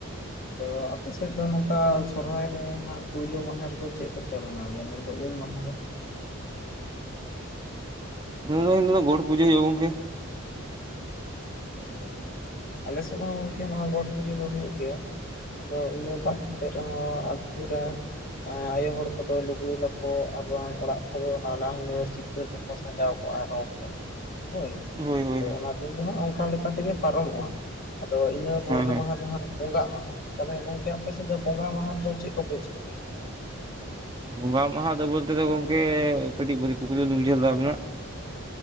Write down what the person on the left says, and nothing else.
ᱟᱫᱚ ᱟᱯᱮᱥᱮᱫ, ᱥᱮᱫ ᱫᱚ ᱱᱚᱝᱠᱟ ᱥᱚᱨᱦᱟᱭ ᱨᱮᱱᱟᱜ ᱯᱩᱭᱞᱳ ᱢᱟᱦᱟ ᱨᱮᱫᱚ ᱪᱮᱫ ᱠᱚᱯᱮ ᱢᱟᱱᱟᱣ ᱜᱮᱭᱟ ᱢᱮᱱᱫᱚ ᱩᱢ ᱢᱟᱦᱟ ᱨᱮ?
ᱦᱳᱭ ᱦᱳ ᱟᱞᱮᱥᱮᱫ ᱦᱚᱸ ᱜᱚᱝᱠᱮ ᱱᱚᱣᱟ ᱜᱚᱴ ᱯᱩᱡᱟᱹ ᱫᱚ ᱦᱩᱭᱩᱜ ᱜᱮᱭᱟ ᱾ ᱟᱫᱚ ᱤᱱᱟᱹ ᱵᱟᱛ ᱠᱟᱛᱮ ᱨᱮᱦᱚᱸ ᱟᱛᱳ ᱨᱮᱱ, ᱟᱭᱳ ᱦᱚᱲ ᱠᱚᱫᱚ ᱞᱩᱜᱽᱲᱤ ᱞᱟᱯ ᱟᱨᱵᱟᱝ ᱚᱲᱟᱜ ᱠᱚᱫᱚ ᱱᱟᱱᱟ ᱦᱩᱱᱟᱹᱨ ᱪᱤᱛᱟᱹᱨ ᱛᱮᱠᱚ ᱥᱟᱡᱟᱣ ᱨᱚᱝ ᱛᱮ ᱦᱳᱭ
ᱟᱫᱚ ᱚᱱᱟ ᱫᱤᱱ ᱫᱚ ᱦᱟᱸᱜ ᱞᱮᱠᱟᱛᱮᱜᱮ ᱯᱟᱨᱚᱢᱚᱜᱼᱟ ᱟᱫᱚ ᱤᱱᱟᱹ ᱯᱚᱨᱮᱨ
ᱢᱟᱦᱟ ᱫᱚ ᱦᱟᱸᱜ ᱵᱚᱸᱜᱟᱜ ᱢᱟᱦᱟ ᱛᱟᱦᱚᱞᱮ ᱜᱚᱢᱠᱮ ᱟᱯᱮᱥᱮᱫ ᱫᱚ ᱵᱚᱸᱜᱟ ᱢᱟᱦᱟ ᱨᱮᱫᱚ ᱪᱮᱫ ᱠᱚᱯᱮ ᱪᱤᱠᱟᱹᱭᱟ